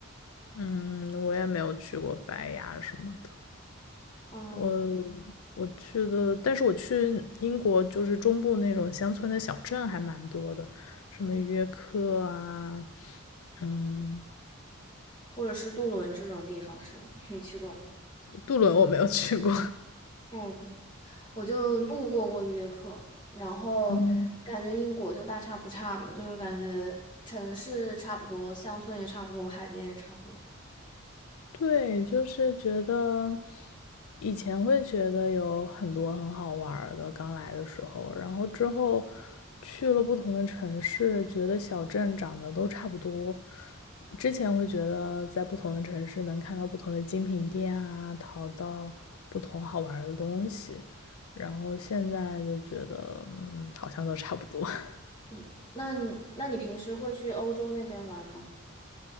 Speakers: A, on the left; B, on the left.
A: 嗯，我也没有去过白崖什么的。
B: 嗯，
A: 我我去的，但是我去英国就是中部那种乡村的小镇还蛮多的，什么约克啊，嗯，
B: 或者是杜伦这种地方是吗？<laughs> 你去过吗？
A: 杜伦我没有去过，
B: 嗯，我就路过过约克，然后感觉英国就大差不差吧，
A: <laughs>
B: 就是感觉城市差不多，乡村也差不多，海边也差不多。
A: 对，就是觉得以前会觉得有很多很好玩儿的，刚来的时候，然后之后去了不同的城市，觉得小镇长得都差不多。之前会觉得在不同的城市能看到不同的精品店啊，淘到不同好玩儿的东西，然后现在就觉得，嗯，好像都差不多。<laughs>
B: 嗯，那你那你平时会去欧洲那边玩吗？